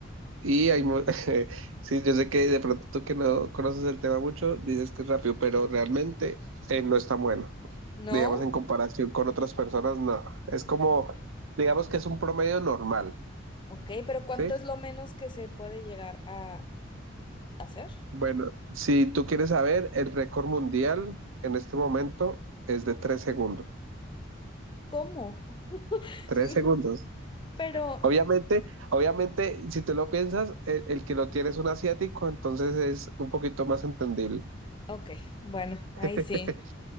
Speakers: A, on the right (about 80°); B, on the left (about 25°).
A: Y hay, mu- <laughs> sí, yo sé que de pronto tú que no conoces el tema mucho, dices que es rápido, pero realmente eh, no es tan bueno.
B: ¿No?
A: Digamos, en comparación con otras personas, no. Es como, digamos que es un promedio normal,
B: Ok, pero ¿cuánto
A: ¿sí?
B: es lo menos que se puede llegar a hacer?
A: Bueno, si tú quieres saber, el récord mundial en este momento es de tres segundos.
B: ¿Cómo? <laughs>
A: Tres segundos.
B: No, Pero,
A: Obviamente, obviamente, si tú lo piensas, el, el que lo tiene es un asiático, entonces es un poquito más entendible.
B: ok, bueno, ahí
A: <laughs>
B: sí,